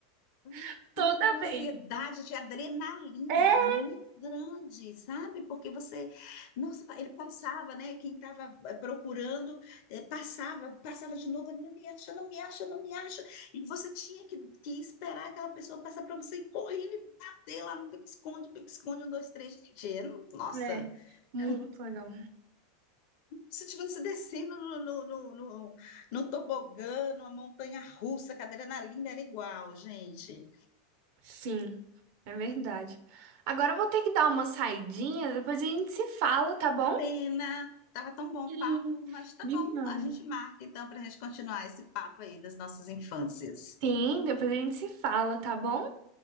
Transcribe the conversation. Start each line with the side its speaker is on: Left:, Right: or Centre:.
Left: uma
Right: <laughs> toda
Left: crise de ansiedade,
Right: vez.
Left: de adrenalina
Right: É,
Left: muito grande, sabe? Porque você, nossa, ele passava, né? Quem estava procurando, eh, passava, passava de novo, não me acha, não me acha, não me acha. E você tinha que, que esperar aquela pessoa passar para você ir correndo e bater lá no pique-esconde, pique-esconde, um, dois, três, gente. eu- Nossa!
Right: é. muito
Left: Era um, como
Right: legal.
Left: Se estivesse descendo no, no, no, no, no tobogã, numa montanha russa, que a adrenalina era igual, gente.
Right: Sim, é verdade. Agora eu vou ter que dar uma saidinha, depois a gente se fala, tá bom?
Left: Que pena. Tava tão bom
Right: Sim,
Left: o papo, mas tá
Right: demais.
Left: bom. A gente marca então para a gente continuar esse papo aí das nossas infâncias.
Right: Sim, depois a gente se fala, tá bom?